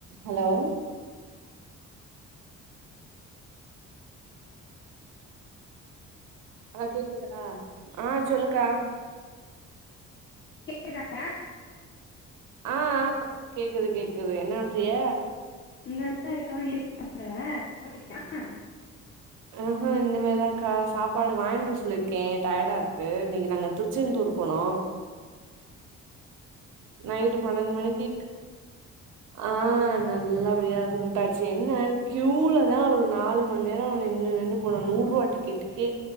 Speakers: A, on the right (about 75°); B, on the left (about 40°).
A: hello ஆ கேக்குதா ஆ சொல்லுக்கா
B: கேக்குதா
A: ஆ ஆ கேக்குது கேக்குது என்ன பண்றீக
B: இந்தா தா இருக்கோ நீ என்ன பண்ற
A: ஆஹ இந்த மாரிதா கா சாப்பாடு வாய்ண்ட்டு வர சொல்லி இருக்கே டயர்டா இருக் இன்னைக்கு நாங்க திருச்செந்தூர் போனோ நைட்டு பன்னெண்டு மணிக்கு ஆ நல்லபடியா கும்பிட்டாச்சு என்ன கியூல தா ஒரு நாலு மணி நேரோ நின்னு நின்னு போனோ நூறு ரூபா டிக்கெட்டுக்கே